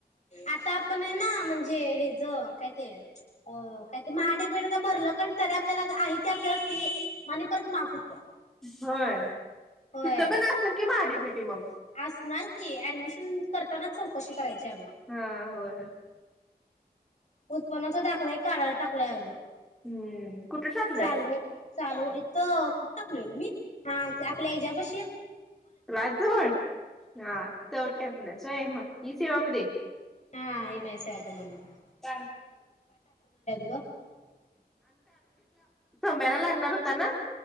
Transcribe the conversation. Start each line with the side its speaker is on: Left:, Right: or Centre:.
Left: आता पण आहे ना, म्हणजे हे ज काय ते अ काय ते, महा डी. बी. टी ला भरलं पण तरी आपल्याला आहे ते आपल्याला फी परत माफ होत्या.
Centre: होय
Left: होय
Centre: तिथं पण असेल की महाडीपिटी मग
Left: असणार ऍडमिशन करतानाच चौकशी करायची अगं
Centre: हा होय
Left: उत्पन्नाचा दाखला एक काडायला टाकलाय अगं
Centre: हम्म कुठ टाकल्यास?
Left: चालू चालू इथं खुठ टाकलय ग मी, आपल्या हच्यापशी
Centre: राजजवळ हा त टाकल्यास व्हय, सो इ सेवा मध्ये
Left: हा, इ. माइ. सेवा केंद्र मधे
Centre: <unintelligible>
Left: ग
Centre: सम्यारला लागणार होता ना?